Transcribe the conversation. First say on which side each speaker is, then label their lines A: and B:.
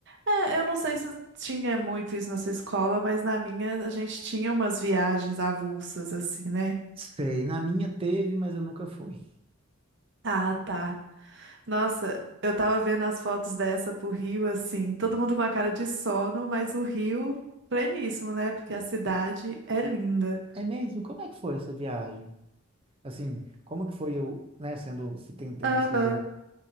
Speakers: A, on the right; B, on the right.
A: É, eu não sei se tinha muito isso na sua escola, mas na minha a gente tinha umas viagens avulsas, assim, né?
B: Sei, na minha teve, mas eu nunca fui.
A: Ah, tá. Nossa, eu tava vendo as fotos dessa pro Rio, assim, todo mundo com a cara de sono, mas o Rio pleníssimo, né? Porque a cidade é linda.
B: É mesmo? Como é que foi essa viagem? Assim, como que foi eu, né, sendo, se ten- tendo
A: Aham.
B: sido,